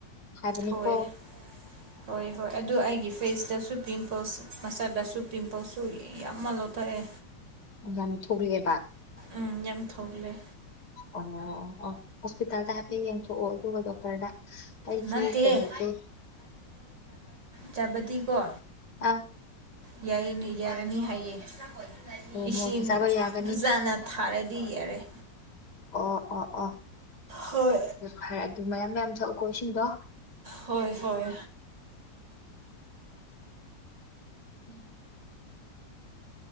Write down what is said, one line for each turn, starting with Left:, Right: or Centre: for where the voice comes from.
Left: ꯍꯥꯏꯕꯅꯤꯀꯣ
Right: ꯍꯣꯏ ꯍꯣꯏ ꯍꯣꯏ ꯑꯗꯨ ꯑꯩꯒꯤ ꯐꯦꯁꯇꯁꯨ ꯄꯤꯝ ꯄꯝꯄ ꯃꯁꯗꯁꯨ ꯄꯤꯝꯄꯜꯁꯨ ꯌꯥꯝꯅ ꯂꯧꯊꯣꯛꯑꯦ
Left: ꯉꯅ ꯊꯣꯛꯂꯛꯑꯦꯕ
Right: ꯎꯝ ꯌꯥꯝ ꯊꯣꯛꯂꯦ
Left: ꯑꯣ ꯑꯣ ꯍꯁꯄꯤꯇꯥꯜ ꯇ ꯍꯕꯡ ꯊꯣꯛꯑꯣ ꯑꯗꯨꯒ ꯗꯣꯛꯇꯔꯅ ꯑꯩꯁꯤ
Right: ꯅꯠꯇꯦ
Left: ꯀꯩꯅꯣꯁꯦ
Right: ꯆꯕꯗꯤꯀꯣ
Left: ꯑꯥ
Right: ꯌꯥꯏ ꯌꯥꯔꯅꯤ ꯍꯥꯏꯌꯦ ꯏꯁꯤꯡ
Left: ꯃꯣꯔꯣꯛꯇꯤ ꯆꯥꯕ ꯌꯥꯒꯅꯤ
Right: ꯐꯖꯅ ꯊꯥꯔꯗꯤ ꯌꯦꯔꯦ
Left: ꯑꯣ ꯑꯣ ꯑꯣ
Right: ꯍꯣꯏ
Left: ꯑꯗꯨ ꯐꯔꯦ ꯑꯗꯨ ꯃꯌꯥꯝ ꯃꯌꯥꯝ ꯁꯛꯎꯀꯣ ꯏꯁꯤꯡꯗꯣ
Right: ꯍꯣꯏ ꯍꯣꯏ
Left: ꯎꯝ